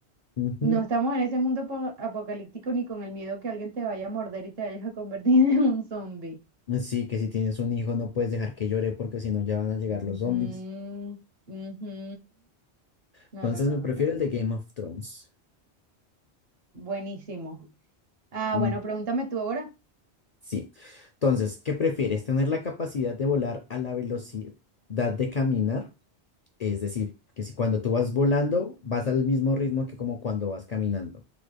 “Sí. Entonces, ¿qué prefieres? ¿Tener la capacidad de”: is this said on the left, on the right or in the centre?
Left